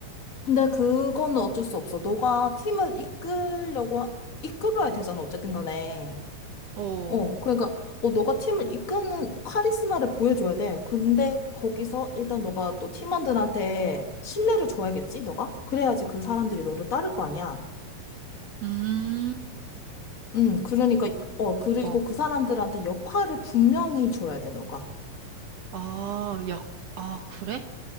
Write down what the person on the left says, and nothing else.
근데 그거는 어쩔 수 없어. 너가 팀을 이끌려고, 하- 이끌어야 되잖아, 어쨌든 간에.
어, 그러니까, 어, 너가 팀을 이끄는 카리스마를 보여줘야 돼. 근데 거기서 일단 너가 또 팀원들한테 신뢰를 줘야겠지, 너가? 그래야지 그 사람들이 너를 따를 거 아니야.
음, 그러니까, 어, 그리고
그 사람들한테 역할을 분명히 줘야 돼, 너가.